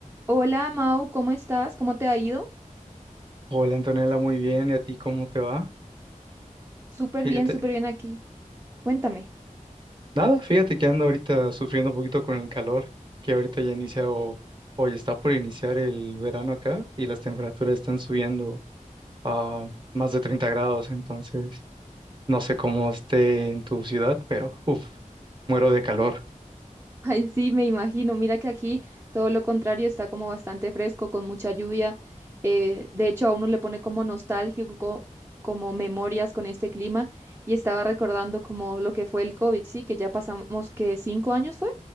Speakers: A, on the right; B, on the right.
A: Hola, Mau, ¿cómo estás? ¿Cómo te ha ido?
B: Hola Antonella, muy bien. ¿Y a ti cómo te va?
A: Súper
B: Fíjate,
A: bien, súper bien aquí. Cuéntame.
B: nada, fíjate que ando ahorita sufriendo un poquito con el calor, que ahorita ya inicia o, o ya está por iniciar el verano acá y las temperaturas están subiendo a más de 30 grados, entonces no sé cómo esté en tu ciudad, pero uff, muero de calor.
A: <laughs> Ay, sí, me imagino. Mira que aquí todo lo contrario está como bastante fresco, con mucha lluvia. Eh, de hecho, a uno le pone como nostálgico, co- como memorias con este clima. Y estaba recordando como lo que fue el COVID, sí, que ya pasamos que cinco años fue